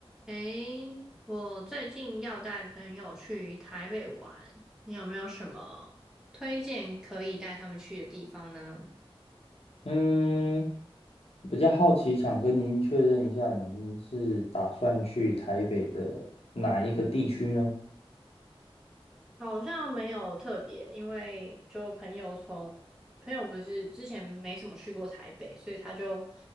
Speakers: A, in the centre; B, on the left.
A: 诶，我最近要带朋友去台北玩，你有没有什么推荐可以带他们去的地方呢？
B: 嗯，比较好奇，想跟您确认一下，您是打算去台北的哪一个地区呢？
A: 好像没有特别，因为就朋友从朋友不是之前没怎么去过台北，所以他就